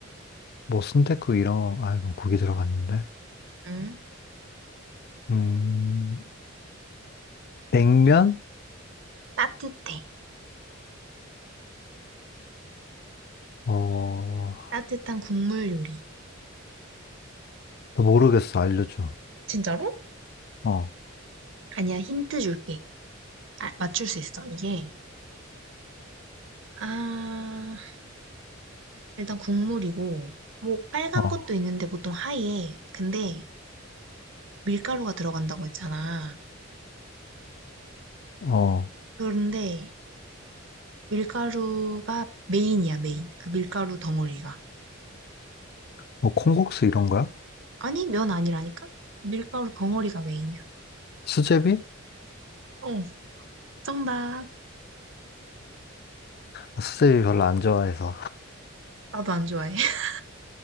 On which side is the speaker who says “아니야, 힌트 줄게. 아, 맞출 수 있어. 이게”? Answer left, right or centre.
Right